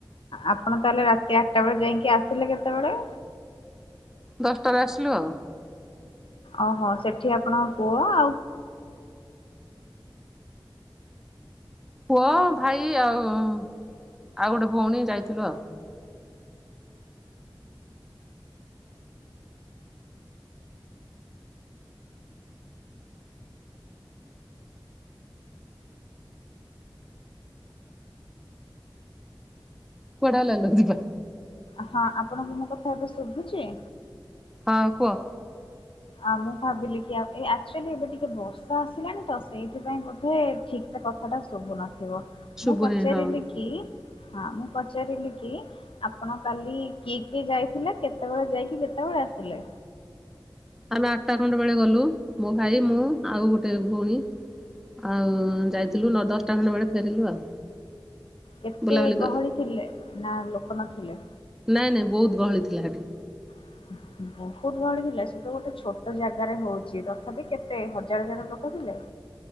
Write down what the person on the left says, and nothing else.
ଆପଣ ତାହେଲେ ରାତି ଆଠଟା ବେଳେ ଯାଇକି ଆସିଲେ କେତେବେଳେ?
ଓହୋ ସେଠି ଆପଣଙ୍କ ପୁଅ ଆଉ
ହଁ ଆପଣଙ୍କୁ ମୋ କଥା ଏବେ ଶୁଭୁଚି?
ଆଉ ମୁଁ ଭାବିଲି କି ଆଉ ଏ ଆକ୍ଚୁଆଲି ଏବେ ଟିକେ ବର୍ଷା ଆସିଲାଣି ତ ସେଇଥିପାଇଁ ବୋଧେ ଠିକ ସେ କଥାଟା ଶୁଭୁନଥିବ
ମୁଁ ପଚାରିଲି
କି ହଁ ମୁଁ ପଚାରିଲି କି ଆପଣ କାଲି କିଏ କିଏ ଯାଇଥିଲେ କେତେବେଳେ ଯାଇକି କେତେବେଳେ ଆସିଲେ?
କେତେ
ଗହଳି ଥିଲେ ନା ଲୋକ ନଥିଲେ?
<inaudible> ବହୁତଗହଳି ଥିଲା ସେ ତ ଗୋଟେ ଛୋଟ ଜାଗାରେ ହଉଚି ତଥାପି କେତେ ହଜାର ଜଣ ଲୋକ ଥିଲେ?